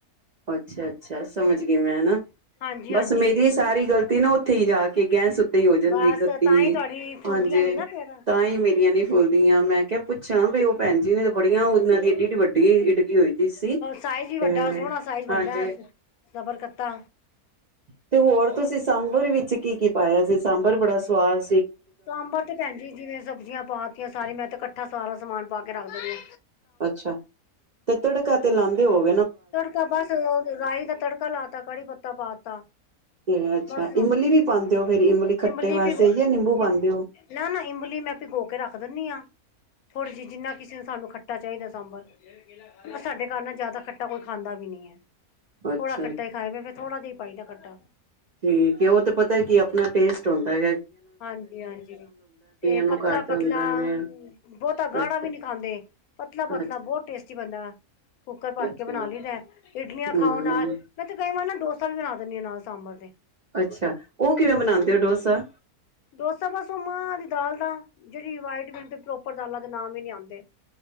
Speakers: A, on the right; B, on the left.
A: ਅੱਛਾ, ਅੱਛਾ ਸਮਝ ਗਈ ਮੈਂ ਹਨਾ
B: ਹਾਂਜੀ
A: ਬਸ
B: ਹਾਂਜੀ
A: ਮੇਰੀ ਸਾਰੀ ਗਲ ਤੀ ਨਾ ਉੱਥੇ ਹੀ ਜਾ ਕੇ ਗੈਸ ਓ <unintelligible>
B: ਬਸ ਤਾਂ ਹੀ ਤੁਹਾਡੀ ਫੁੱਲਦੀਆਂ
A: ਹਾਂਜੀੇ,
B: ਨੀ ਨਾ ਫੇਰ
A: ਤਾਂ ਹੀ ਮੇਰੀਆਂ ਨੀ ਬੋਲਦੀ ਆ। ਮੈਂ ਕਿਹਾ ਪੁੱਛਾਂ ਬਈ ਉਹ ਭੈਣਜੀ ਨੇ ਤਾਂ ਬੜੀਆਂ,
B: ਹਾਂ
A: ਉਹਨਾਂ ਦੀ ਡੀ ਐਡੀ ਵੱਡੀ ਇਡਲੀ ਹੋਈ ਦੀ ਸੀ
B: ਸਾਈਜ਼ ਵੀ ਵੱਡਾ
A: ਤੇ
B: ਸੋਹਣਾ ਸਾਈਜ਼ ਬਣਦਾ
A: ਹਾਂਜੀ
B: ਸਬਰ ਕੱਤਾ
A: ਤੇ ਹੋਰ ਤੁਸੀਂ ਸਾਂਬਰ ਵਿੱਚ ਕੀ ਕੀ ਪਾਇਆ ਸੀ? ਸਾਂਬਰ ਬੜਾ ਸੁਵਾਦ
B: ਸਾਂਬਰ ਤੇ ਭੈਣਜੀ ਜਿਵੇਂ ਸਬਜ਼ੀਆਂ ਪਾਤੀਆਂ ਸਾਰੀ। ਮੈਂ ਤੇ ਕੱਠਾ ਸਾਰਾ ਸਮਾਨ ਵ ਪਾ ਕੇ ਰੱਖਦੇ ਨੇ
A: ਅੱਛਾ। ਤੇ ਤੜਕਾ ਤੇ ਲ ਲਾਉਂਦੇ ਹੋਵੋਗੇ
B: ਤੜਕਾ ਬਸ ਰਾਈ ਦਾ ਤੜਕਾ ਲਾ ਤਾ, ਕੜੀ ਪੱਤਾ ਪਾ ਤਾ।
A: ਤੇ ਅੱਛਾ
B: ਬਸ
A: ਇਮਲੀ ਵੀ ਪਾਂਦੇ ਹੋ ਫੇਰ ਖੱਟੇ
B: ਇਮਲੀ
A: ਵਾਸਤੇ
B: ਪਿ
A: ਜਾਂ ਨਿੰਬੂ ਪਾਂਦੇ
B: ਇਮ
A: ਹੋ
B: ਨਾ ਨਾ, ਇਮਲੀ ਮੈਂ ਵੀ ਗੋ ਕੇ ਰੱਖ ਦਿੰਨੀ ਹਾਂ, ਥੋੜ੍ਹੀ ਜਿਹੀ, ਜਿੰਨਾ ਕਿਸੇ ਨੇ ਸਾਨੂੰ ਖੱਟਾ ਚਾਹੀਦਾ ਸਾਂਬਰ ਸਾਡੇ ਕਾਰ ਨਾਲ ਜ਼ਿਆਦਾ ਖੱ ਖਾਂਦਾ ਵੀ ਨਹੀਂ ਹੈ।
A: ਅੱਛਾ-ਅੱਛਾ
B: ਥੋੜਾ ਖੱਟਾ ਹੀ ਖਾਏ ਫ ਥੋੜ੍ਹਾ ਦੇ ਪਾਈਦਾ ਖੱਟਾ
A: ਠੀਕ ਏ। ਉਹ ਤੇ ਪਤਾ ਕੀ ਆਪਣਾ ਟੇਸਟ ਹੁਣ ਤਾਂ
B: ਹਾਂਜੀ, ਹਾਂਜੀ, ਤੇ
A: ਨੂੰ
B: ਪਤਲਾ-ਪਤਲਾ
A: ਘੱਟ ਹੁੰਦਾ ਵੇ
B: ਬਹੁਤਾ ਗਾੜਾ
A: ਅੱਛਾ
B: ਵੀ ਨੀ ਖਾਂਦੇ। ਪਤਲਾ-ਪਤਲਾ
A: ਅੱਛਾ
B: ਬਹੁਤ ਟੇਸਟੀ ਬਣਦਾ। ਕੁੱਕਰ ਭਰ
A: ਅੱਛਾ
B: ਕੇ ਬਣਾ ਲਈਦਾ, ਇਡਲੀਆਂ ਖਾਓ
A: ਹਮ
B: ਨਾਲ, ਮੈਂ ਤੇ ਕਈ ਵਾਰ ਨਾ ਡੋਸ ਵੀ ਬਣਾ ਦਿੰਦੀ ਹਾਂ ਨਾਲ ਸਾਂਬਰ ਦੇ
A: ਅੱਛਾ। ਉਹ ਕਿਵੇਂ
B: ਡੋਸ
A: ਬਣਾਂਦੇ ਹੋ ਡੋਸਾ?
B: ਡੋਸਾ ਬਸ ਉਹ ਮਾਂ ਦੀ ਦਾਲ ਦਾ। ਜਿਹੜੀ ਪ੍ਰੋਪਰ ਦਾਲਾਂ ਦੇ ਨਾਮ ਹੀ ਨੀ ਆਂਦੇ